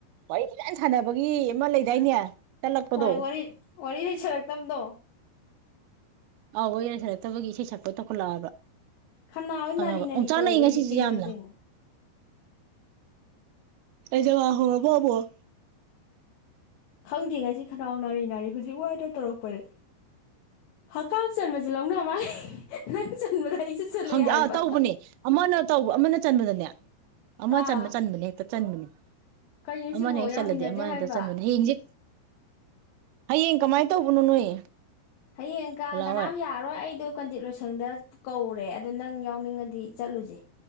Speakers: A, on the right; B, on the left.
A: ꯋꯥꯔꯤ ꯐꯖꯥꯟ ꯁꯥꯟꯅꯕꯒꯤ ꯑꯃ ꯂꯩꯗꯥꯏꯅꯦ ꯇꯠꯂꯛꯄꯗꯣ
B: ꯍꯣꯏ ꯋꯥꯔꯤ ꯋꯥꯔꯤ ꯂꯩꯁꯜꯂꯛꯇꯕꯗꯣ
A: ꯑꯥꯎ ꯋꯥꯔꯤ ꯂꯩꯁꯜꯂꯛꯇꯕꯒꯤ ꯏꯁꯩ ꯁꯛꯄ ꯇꯧꯈꯠꯂꯛꯑꯕ
B: ꯈꯅꯥꯎꯁꯦ
A: ꯈꯪꯉꯕ
B: ꯅꯥꯔꯤ
A: ꯑꯣꯝꯆꯥꯛꯅꯩ
B: ꯅꯥꯔꯤ ꯇꯧꯏ ꯑꯩꯁꯦ
A: ꯉꯁꯤꯁꯦ
B: ꯀꯩꯃꯥꯏꯅ
A: ꯌꯥꯝꯅ
B: ꯇꯧꯔꯤꯅꯣ
A: ꯑꯦꯖꯃꯥ ꯍꯧꯔꯕ ꯑꯃꯨꯛ
B: ꯈꯪꯗꯦ ꯉꯁꯤ ꯈꯅꯥꯎ ꯅꯥꯔꯤ ꯅꯥꯔꯤ ꯍꯧꯖꯤꯛ ꯋꯥꯏꯗ ꯇꯧꯔꯛꯄꯅꯦ ꯍꯀꯥꯝ ꯆꯟꯕꯖꯦ ꯂꯧꯅ ꯃꯥꯜꯂꯦ ꯅꯪ ꯆꯟꯕꯗ ꯑꯩꯁꯨ ꯆꯜꯂꯛꯑꯦ
A: ꯈꯪꯗꯦ
B: ꯍꯥꯏꯕ
A: ꯑꯥ ꯇꯧꯕꯅꯦ ꯑꯃꯅ ꯇꯧꯕ ꯑꯃꯅ ꯆꯟꯕꯗꯅꯦ ꯑꯃ
B: ꯑꯥ
A: ꯆꯟꯕ ꯆꯟꯕꯅꯦ ꯍꯦꯛꯇ ꯆꯟꯕꯅꯦ
B: ꯀꯩꯅꯣ
A: ꯑꯃꯅ
B: ꯁꯤꯕꯣ
A: ꯍꯦꯛ
B: ꯌꯥꯝ
A: ꯆꯜꯂꯗꯤ
B: ꯍꯩꯅꯗꯦ
A: ꯑꯃꯍꯦꯛꯇ
B: ꯍꯥꯏꯕ
A: ꯆꯟꯕꯅꯦ ꯍꯌꯦꯡꯖꯦ ꯍꯌꯦꯡ ꯀꯃꯥꯏꯅ ꯇꯧꯕꯅꯣ ꯅꯣꯏ
B: ꯍꯌꯦꯡ ꯀꯥꯡ
A: ꯕꯂꯥ
B: ꯀꯅꯥꯝ
A: ꯍꯣꯏ
B: ꯌꯥꯔꯔꯣꯏ ꯑꯩꯗꯣ ꯀꯟꯗꯤꯠ ꯂꯣꯏꯁꯪꯗ ꯀꯧꯔꯦ ꯑꯗꯣ ꯅꯪ ꯌꯥꯎꯅꯤꯡꯉꯗꯤ ꯆꯠꯂꯨꯖꯤ